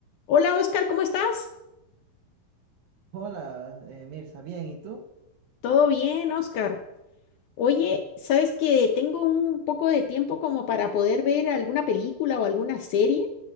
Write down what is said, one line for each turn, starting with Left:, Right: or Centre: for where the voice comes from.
Left: Hola Oscar, ¿cómo estás?
Right: Hola, eh, Mirza, bien, ¿y tú?
Left: Todo bien, Oscar. Oye, ¿sabes que tengo un poco de tiempo como para poder ver alguna película o alguna serie?